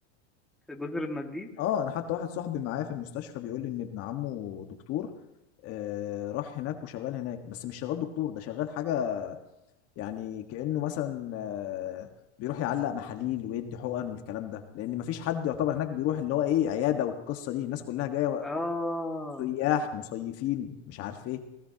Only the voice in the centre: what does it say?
في جزر المالديف
اه